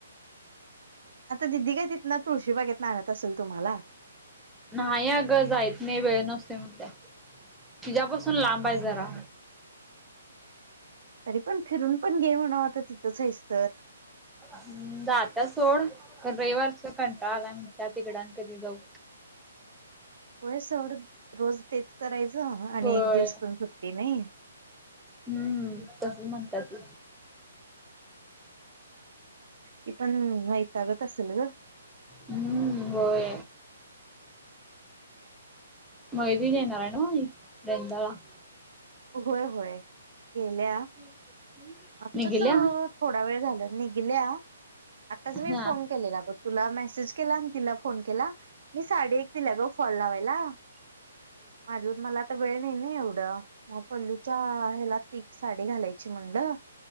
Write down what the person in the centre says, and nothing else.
न्हाई अगं... जायत नाई... वेळ नसतो म्हणत्या... तिच्यापासून लांब ए
जरा
हं... जात्या सोड... पण रविवारचा कंटाळा आलाय म्हणत्या... तिकडं अन कधी जाऊ
होय
हम्म... तसं म्हणत्यात
हूं... होय मैत्रीण येणार ए नव्ह.. एक <unintelligible>
<inaudible>
निघल्या
हा